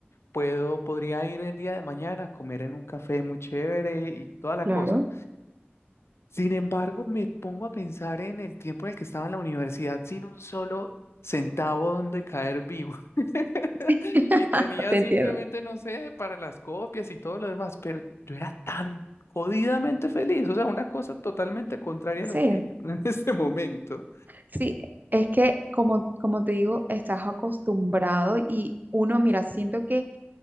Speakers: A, on the left (about 80°); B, on the right (about 45°).
A: puedo, podría ir el día de mañana a comer en un café muy chévere y toda la
B: claro,
A: cosa. Sin embargo, me pongo a pensar en el tiempo en el que estaba en la universidad sin un solo centavo donde caer vivo. <laughs>
B: <laughs>
A: Y tenía
B: te
A: simplemente,
B: entiendo.
A: no sé, para las copias y todo lo demás, pero yo era tan jodidamente feliz, o sea, una cosa totalmente contraria
B: Sí,
A: a lo que <laughs> en este momento.
B: sí, es que como, como te digo, estás acostumbrado y uno, mira, siento que